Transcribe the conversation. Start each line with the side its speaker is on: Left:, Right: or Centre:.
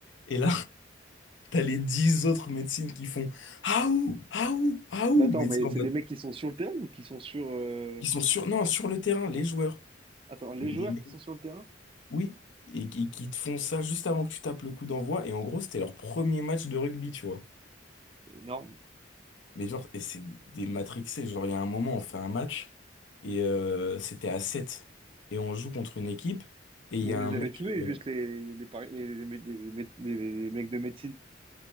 Left: Et là, <laughs> t'as les dix autres médecines qui font Aou, Aou, Aou,
Right: Bah attends,
Left: mais
Right: mais
Left: tu sais, en
Right: c'est
Left: mode,
Right: des mecs qui sont sur le terrain ou qui sont sur... euh,
Left: ils sont sur, non, sur le terrain, les joueurs.
Right: Attends, les
Left: Mais des
Right: joueurs
Left: mecs-
Right: qui sont sur le terrain?
Left: oui, et qui qui te font ça juste avant que tu tapes le coup d'envoi. Et en gros, c'était leur premier match de rugby, tu vois.
Right: Énorme.
Left: Mais genre, et c'est des matrixés. Genre, il y a un moment, on fait un match et euh, c'était à sept Et on joue contre une équipe et il
Right: Mais
Left: y
Right: vous
Left: a
Right: les
Left: un mec.
Right: avez tués,
Left: euh,
Right: juste les, les, pari- les, les, mé- les mé- les les mecs de médecine.